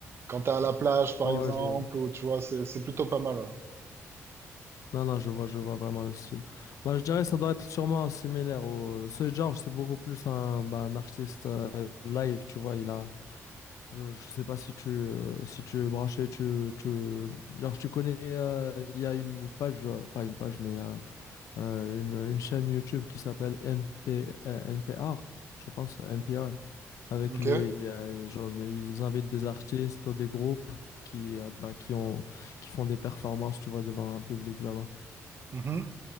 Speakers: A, on the right; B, on the left.
A: quand t'es à la plage par
B: Ouais,
A: exemple
B: ouais, je...
A: ou tu vois, c'est c'est plutôt pas mal. Ouais.
B: Non, non, je vois, je vois vraiment le style. Bah, je dirais que ça doit être sûrement similaire au... Soy George, c'est beaucoup plus un, bah, un artiste euh, live, tu vois, il a... Je, je sais pas si tu, euh, si tu es branché, tu, tu... Genre, tu connais... euh, Il y a une page, euh, pas une page, mais... euh, euh, une, une chaîne YouTube qui s'appelle NP, euh, NPR, je pense, NPR, avec
A: Ok?
B: les, euh, genre, mais ils invitent des artistes ou des groupes qui, euh, bah, qui ont, qui font des performances, tu vois, devant un public là-bas.
A: Mhm.